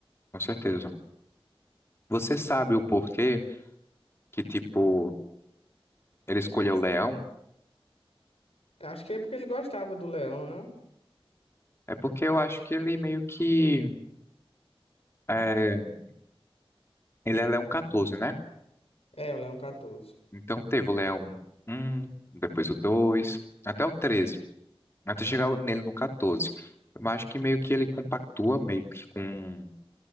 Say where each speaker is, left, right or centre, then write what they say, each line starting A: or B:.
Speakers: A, on the left (about 25°); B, on the left (about 85°).
A: com certeza. Você sabe o porquê que, tipo, ele escolheu o leão?
B: Acho que é porque ele gostava do Leão, não?
A: É porque eu acho que ele meio que... é, ele é leão 14, né?
B: É, o Leão 14.
A: Então teve o leão um, depois o 2, até o treze. até chegar nele no 14. Eu acho que meio que ele compactua meio que com